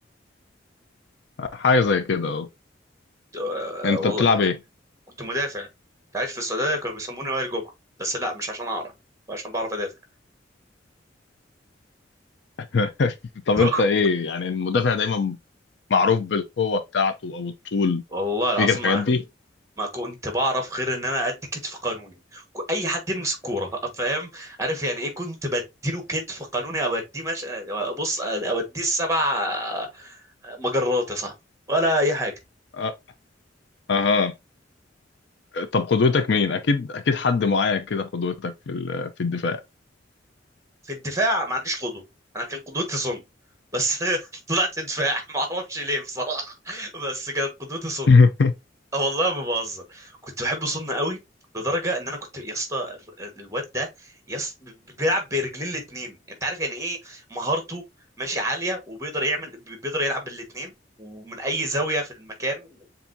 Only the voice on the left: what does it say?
حاجه زي كده اهو
انت
بتلعب ايه
<laughs>
طب انت ايه يعني المدافع دايما معروف بالقوه بتاعته او الطول
فيك الحاجات
دي
اه اها طب قدوتك مين اكيد اكيد حد معين كده قدوتك في ال- في الدفاع
<laughs>